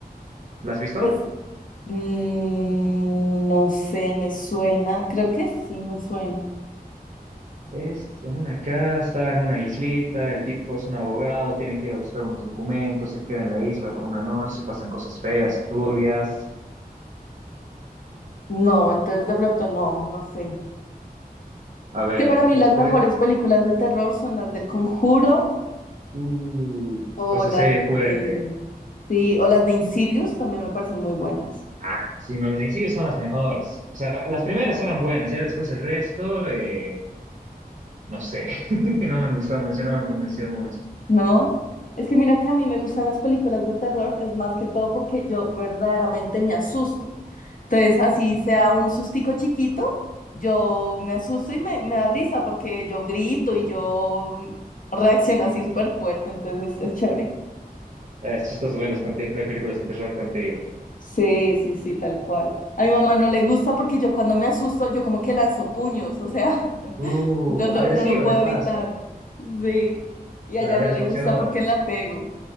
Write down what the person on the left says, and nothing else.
pues Mm, no sé, me suena. Creo que sí, me suena.
No, entonces de pronto no, no sé.
Que para mí
las mejores películas de terror son las del Conjuro
o
las
de... Sí, o las de Insidious también me parecen muy buenas.
No, es que mira que a mí me gustan las películas de terror, es más que todo porque yo verdaderamente me asusto. Entonces, así
sea un sustico chiquito, yo me asusto y me, me da risa porque yo grito y yo mm, reacciono así súper fuerte, entonces es, es chévere.
Sí, sí, sí, tal cual. A mi mamá no le gusta porque yo cuando me asusto, yo como que lanzo puños, o sea, <laughs>
no lo,
no lo puedo
evitar. Sí, y
a ella no
le
gusta porque la pego.